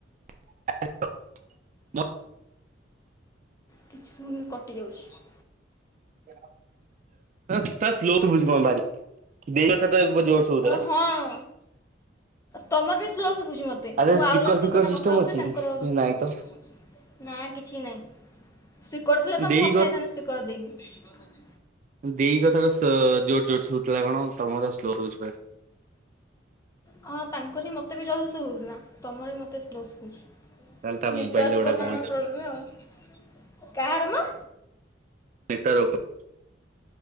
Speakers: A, on the right; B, on the left.
A: <unintelligible> ମ
B: କିଛି ସମୟ କଟି ଯାଉଛି।
A: ତା ତାର ସ୍ଲୋ ସୁବୁଚି କ ଭାରି ଦେଇ କଥା। ତ ଏବେ ଜୋର ସବୁଥିଲା।
B: ଅ ହଁ ତମର ବି ସ୍ଲୋ ଶୁଭୁଛି ମତେ
A: ଆରେ
B: ମୁଁ ଆଉ
A: ସ୍ପିକର
B: ଜଣକ
A: ଫିକର
B: ସହିତ
A: ସିଷ୍ଟମ
B: କଥା ହଉଥିଲି
A: ଅଛି
B: ତାଙ୍କର
A: କି? ନାଇଁ ତ
B: ନା କିଛି ନହିଁ ସ୍ପିକର ଥିଲେ ତ
A: ଦେଇ
B: ମୁଁ କଥା ହେଇଥାନ୍ତ ସ୍ପିକର ଦେଇକି।
A: ଦେଇଗ ସ ଜୋର ଜୋର ଶୁଥିଲା କଣ ତମେ କ ସ୍ଲୋ ରହୁଛି ପୁରା।
B: ହଁ ତାଙ୍କ ବି ମତେ ବି ଜୋର ଶୁଭୁଥିଲା। ତମର ମତେ ସ୍ଲୋ ଶୁ
A: ତାହେଲେ ତା
B: ନେଟୱର୍କ
A: ମୋବାଇଲ ରେ
B: ଥିବ
A: ଗୋଟା କଣ
B: ତମର
A: ଅଛି
B: ପ୍ରୋବ୍ଲେମ ଆଉ। କାହାର ମ।
A: ନେତା ରାଉତ।